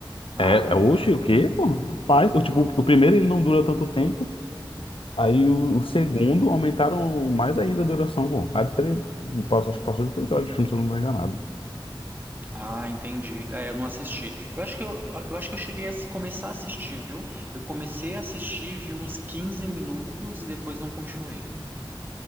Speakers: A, on the right (about 20°); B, on the left (about 85°).
A: Ah,
B: é, é,
A: não
B: oxe,
A: lembro.
B: o quê, pô? Rapaz, o, tipo, o primeiro ele não dura tanto tempo, Aí o,
A: Hum.
B: o segundo aumentaram mais ainda a duração. Bom, quase três, passou- acho que passou de três horas de filme, se eu não estou enganado.
A: Ah, entendi. É, eu não assisti. Eu acho que eu, eu acho que eu cheguei a se- começar a assistir, viu? Eu comecei a assistir, vi uns 15 minutos e depois não continuei.